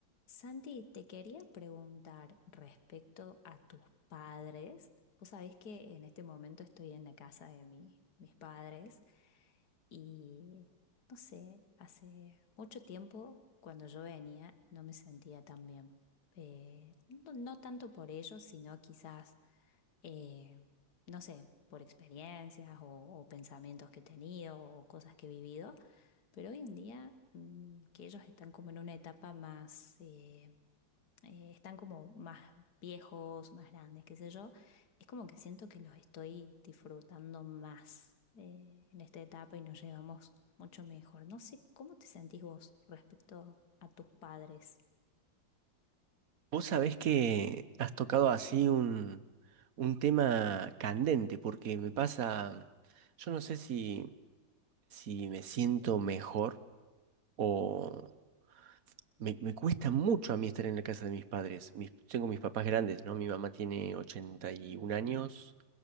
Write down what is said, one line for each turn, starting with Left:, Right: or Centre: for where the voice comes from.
Left: Santi, te quería preguntar respecto a tus padres. Vos sabés que en este momento estoy en la casa de mi- mis padres y no sé, hace mucho tiempo cuando yo venía no me sentía tan bien. Eh, no, no tanto por ellos, sino quizás, eh, no sé, por experiencias o, o pensamientos que he tenido o cosas que he vivido, pero hoy en día mm, que ellos están como en una etapa más... eh, eh, están como más viejos, más grandes, qué sé yo, es como que siento que los estoy disfrutando más eh, en esta etapa y nos llevamos mucho mejor. No sé cómo te sentís vos respecto a tus padres,
Right: Vos sabés que has tocado así un, un tema candente, porque me pasa, yo no sé si, si me siento mejor o me, me cuesta mucho a mí estar en la casa de mis padres. Mis- tengo mis papás grandes, ¿no? Mi mamá tiene 81 años,